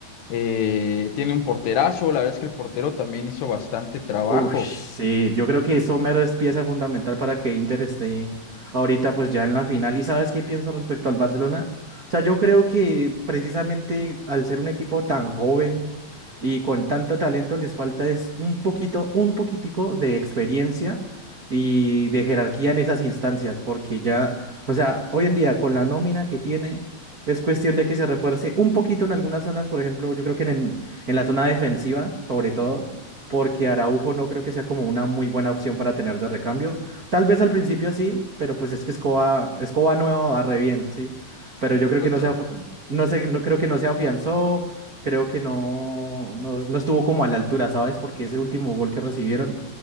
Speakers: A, on the left; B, on the right.
A: eh, tiene un porterazo, la verdad es que el portero también hizo bastante trabajo.
B: Uy, sí, yo creo que Sommer es pieza fundamental para que Inter esté ahorita pues ya en la final. ¿Y sabes qué pienso respecto al Barcelona? O sea, yo creo que precisamente al ser un equipo tan joven y con tanto talento les falta es un poquito, un poquitico de experiencia y de jerarquía en esas instancias, porque ya, o sea, hoy en día con la nómina que tiene es cuestión de que se refuerce un poquito en algunas zonas, por ejemplo, yo creo que en el- en la zona defensiva, sobre todo porque Araujo no creo que sea como una muy buena opción para tener de recambio. Tal vez al principio sí, pero pues es que Escoba, Escoba nueva va re bien, sí. Pero yo creo
A: Justo.
B: que no se, af- no sé, no creo que no se afianzó, creo que no, no, no estuvo como a la altura, ¿sabes? Porque ese último gol que recibieron